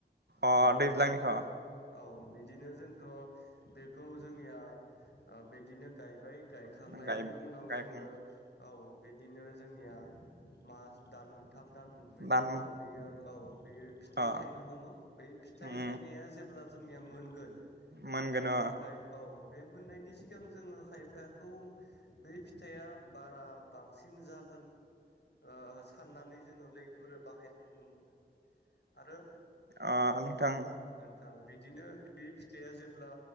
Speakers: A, on the right (about 70°); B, on the left (about 80°).
A: अ
B: औ
A: दैज्लांनिखौ
B: औ बिदिनो जोंथ' बेखौ जोंनिया ओ बिदिनो गायबाय गायखांनायनि
A: गाय
B: उनाव
A: गायखां
B: जोङो औ बिदिनो जोंनिया मास दान मोन थाम दान मोनब्रैनि
A: दान
B: उनाव बेयो औ बेयो फिथाइ
A: अ
B: थाइनो हमो बे फिथाइ
A: उम
B: थाइनाया अब्ला जोंनिया मोनगोन।
A: मोनगोन
B: अब्लाथाय
A: अ
B: औ बे मोननायनि सिगां जोङो खायफाखौ बे फिथाइया बारा बांसिन जागोन ओ साननानै जोङो लैफोरो बाहाय नुनो मोनो आरो
A: अ नोंथां
B: थां बिदिनो बे फिथाइया जेब्ला